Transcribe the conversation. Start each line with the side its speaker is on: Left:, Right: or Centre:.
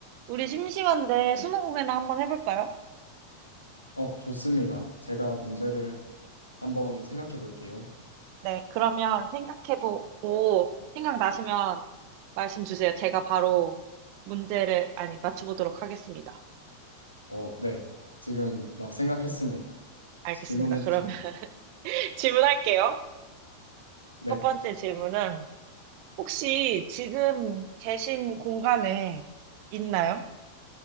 Right: 우리 심심한데 스무고개나 한번 해볼까요?
Left: 어, 좋습니다. 제가 문제를 한번 생각해 볼게요.
Right: 네, 그러면 생각해보고 생각나시면 말씀 주세요. 제가 바로 문제를, 아니, 맞춰보도록 하겠습니다.
Left: 어, 네. 지금 막 생각했습니다.
Right: 알겠습니다.
Left: 질문해 주세요.
Right: 그러면 <laughs> 질문할게요.
Left: 네.
Right: 첫 번째 질문은 혹시 지금 계신 공간에 있나요?